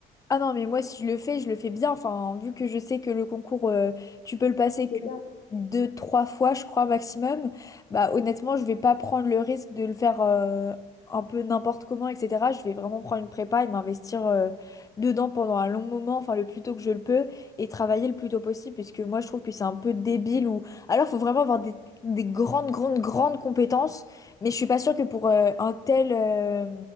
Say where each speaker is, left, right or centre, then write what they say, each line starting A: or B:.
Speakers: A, on the left; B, on the left.
A: Ah non, mais moi, si je le fais, je le fais bien. Enfin, vu que je sais que le concours, euh, tu peux le passer
B: Oui, C'est
A: que
B: ça.
A: deux, trois fois, je crois, maximum, bah honnêtement, je vais pas prendre le risque de le faire euh, un peu n'importe comment, etc. Je vais vraiment prendre une prépa et m'investir euh, dedans pendant un long moment, enfin le plus tôt que je le peux, et travailler le plus tôt possible, puisque moi, je trouve que c'est un peu débile ou... Alors, faut vraiment avoir des, des grandes, grandes, grandes compétences, mais je suis pas sûre que pour euh, un tel... euh,